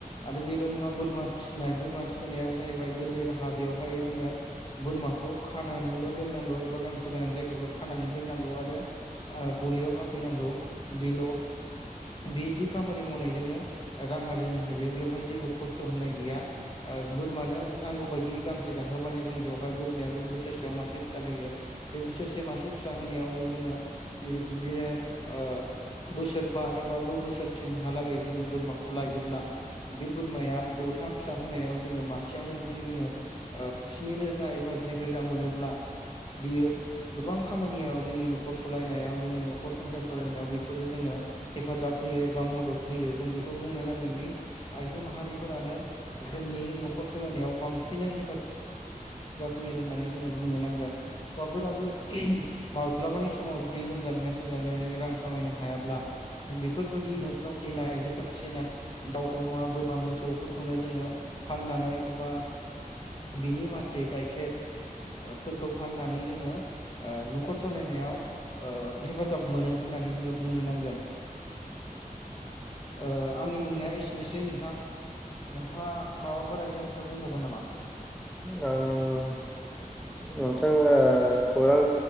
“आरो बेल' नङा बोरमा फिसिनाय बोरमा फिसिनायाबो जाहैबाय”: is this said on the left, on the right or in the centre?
Left